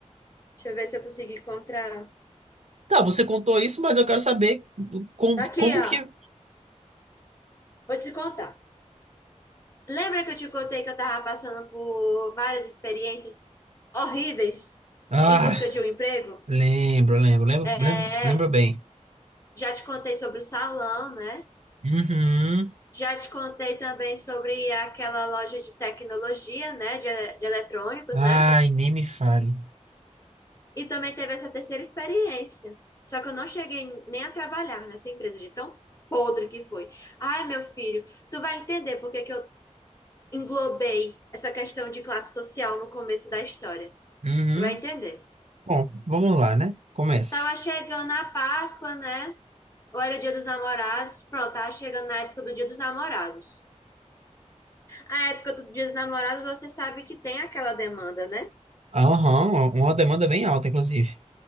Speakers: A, on the left (about 25°); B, on the right (about 65°).
A: Deixa eu ver se eu consigo encontrar.
B: Tá, você contou isso, mas eu quero saber com-
A: Tá Aqui,
B: como
A: ó.
B: que
A: Vou te contar. Lembra que eu te contei que eu tava passando por várias experiências horríveis
B: Ah.
A: em busca de um emprego?
B: Lembro, lembro, lembro,
A: É,
B: lembro, lembro bem.
A: já te contei sobre o salão, né?
B: Uhum,
A: Já te contei também sobre aquela loja de tecnologia, né? De, de eletrônicos,
B: Ai,
A: né?
B: nem me fale.
A: E também teve essa terceira experiência. Só que eu não cheguei nem a trabalhar nessa empresa de tão podre que foi. Ai, meu filho, tu vai entender por que que eu englobei essa questão de classe social no começo da história.
B: uhum.
A: Tu vai entender.
B: Bom, vamos lá, né? Comece.
A: Tava chegando a Páscoa, né? Ou era o Dia dos Namorados? Pronto, tava chegando na época do Dia dos Namorados. A época do Dia dos Namorados, você sabe que tem aquela demanda, né?
B: Aham, uma uma demanda bem alta, inclusive.